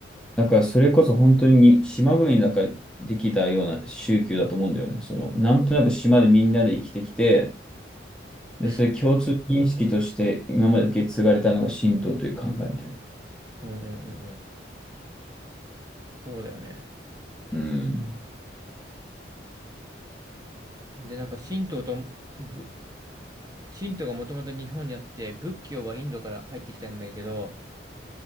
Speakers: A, in the centre; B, on the right (about 20°).
A: だからそれこそ本当に島国だからできたような宗教だと思うんだよね。その、なんとなく島でみんなで生きてきて、で、
B: うん。
A: それ共通認識として今まで受け継がれたのが神道という考えみたいな。
B: うんうんうんうん。そうだよね。
A: うん。
B: で、なんか神道と、ぶ神道がもともと日本にあって、仏教はインドから入ってきたんだけど、